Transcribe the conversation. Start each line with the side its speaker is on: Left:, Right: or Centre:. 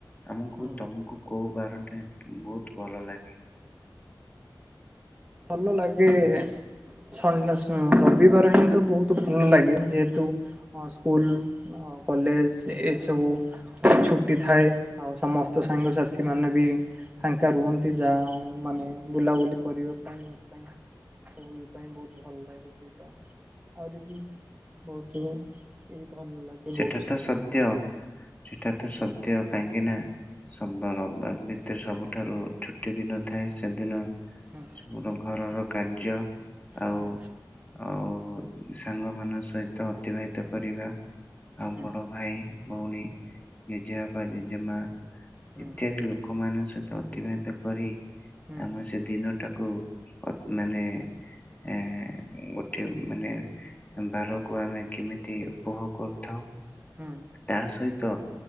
Left: ଆମକୁ
Right: ହୁଁ
Left: ତମକୁ କୋଉ ବାରଟା ବହୁତ ଭଲ ଲାଗେ।
Right: ଭଲ ଲାଗେ ସଣ୍ଡେ ଉଁ ରବିବାର ହିଁ ତ ବହୁତ ଭଲ ଲାଗେ, ଯେହେତୁ ହଁ ସ୍କୁଲ, କଲେଜ, ଏସବୁ ଛୁଟି ଥାଏ। ଆଉ ସମସ୍ତ ସାଙ୍ଗସାଥି ମାନେ ବି ଫାଙ୍କା ରୁହନ୍ତି, ଯାହା ମାନେ ବୁଲାବୁଲି କରିବା ପାଇଁ ଇଏ ପାଇଁ ସବୁ ଇଏ ପାଇଁ ବହୁତ ଭଲ ଲାଗେ ସେଇଟା। ଆହୁରି ବି ବହୁତୁ ଏଇ ଭଲ ଲାଗେ
Left: ସେଟା
Right: ବହୁତ
Left: ତ ସତ୍ୟ, ସେଟା ତ ସତ୍ୟ। କାହିଁକିନା ସୋମବାର ରବିବାର ଭିତରେ ସବୁଠାରୁ ଛୁଟି ଦିନ ଥାଏ, ସେଦିନ
Right: ହୁଁ
Left: ସବୁ ତ ଘରର କାର୍ଯ୍ୟ। ଆଉ
Right: ହୁଁ
Left: ଆଉ ଓ ସାଙ୍ଗମାନଙ୍କ ସହିତ ଅତିବାହିତ କରିବା, ଆଉ
Right: ହୁଁ
Left: ବଡ ଭାଇ, ଭଉଣୀ ଜେଜେବାପା, ଜେଜେମା
Right: ହୁଁ ହୁଁ
Left: ଇତ୍ୟାଦି ଲୋକମାନଙ୍କ ସହିତ ଅତିବାହିତ କରି
Right: ହୁଁ
Left: ଆମର ସେ ଦିନଟାକୁ ଅ ମାନେ ଏ ଗୋଟେ ମାନେ ବାରକୁ ଆମେ କେମିତି ଉପଭୋଗ କରୁ ଥାଉ,
Right: ହୁଁ
Left: ତାସହିତ